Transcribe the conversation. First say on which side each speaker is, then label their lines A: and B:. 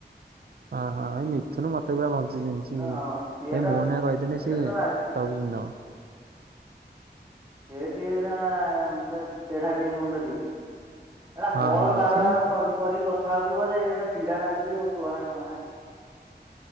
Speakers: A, on the right; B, on the right.
A: ହଁ ହଁ ଏଇ ମିଥୁନୁ ମତେ ବି ଭଲ <unintelligible>
B: ହଁ ସିଏ ତ
A: ମୋହନ ଭାଇ କହିଦେଲେ
B: ସେଇଟା
A: ସିଏ
B: ତ
A: ସବୁ
B: ଆଡ ସେ
A: ଚିହ୍ନି ଦବ
B: ସେ ଟିକେ ତା ତେଢା ଟିକେ ମୁଣ୍ଡ ଟିକେ ହେରା
A: ହଁ
B: କଲ
A: ହଁ
B: ବାର
A: ସେ
B: ବାର
A: ହଁ ବା
B: କରି କ ଆଉଥିବ ଯେ ଏଇଟା ଚିଡା ଲାଗୁଚି ଯୋଉ କୁହନା କୁହନା। <inaudible>